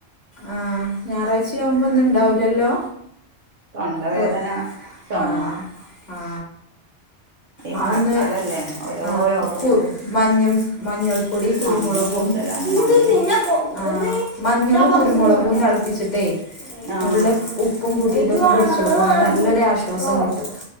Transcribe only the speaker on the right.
തൊണ്ടവേദന
ചുമ
ഈ
മഴക്കാലല്ലേ
ഓരോ
രോഗങ്ങളും
മഞ്ഞും കൂടുതലാണ്
മഴയും
ആഹ്